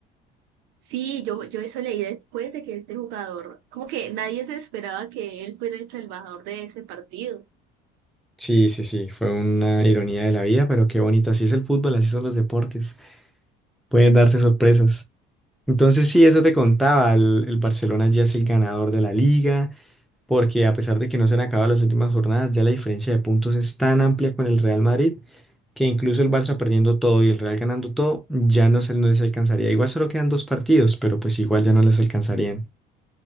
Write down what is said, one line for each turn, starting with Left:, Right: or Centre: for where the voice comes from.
Right: Sí, yo, yo eso leí después de que este jugador, como que nadie se esperaba que él fuera el salvador de ese partido.
Centre: Sí, sí, sí, fue una ironía de la vida, pero qué bonito, así es el fútbol, así son los deportes, pueden darse sorpresas. Entonces sí, eso te contaba, el, el Barcelona ya es el ganador de la liga, porque a pesar de que no se han acabado las últimas jornadas, ya la diferencia de puntos es tan amplia con el Real Madrid que incluso el Barça perdiendo todo y el Real ganando todo, ya no se no les alcanzaría. Igual solo quedan dos partidos, pero pues igual ya no les alcanzarían.